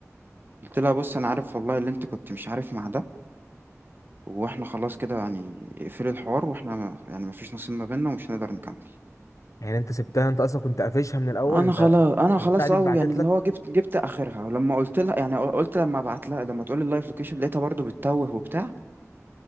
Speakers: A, on the right (about 40°); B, on the left (about 85°).
A: قلت لها بص انا عارف والله اللي انت كنت مش عارف مع ده واحنا خلاص كده يعني اقفلي الحوار واحنا ما- يعني مفيش نصيب ما بيننا ومش هنقدر نكمل
B: يعني انت سبتها انت اصلا كنت قافشها من الاول
A: انا
B: انت
A: خلاص انا
B: البتاع
A: خلاص
B: دي
A: او
B: اتبعتت
A: يعني اللي
B: لك
A: هو جبت جبت اخرها ولما قلت لها يعني قلت لما ابعت لها لما تقول لي اللايف لوكيشن لقيتها برضو بتتوه وبتاع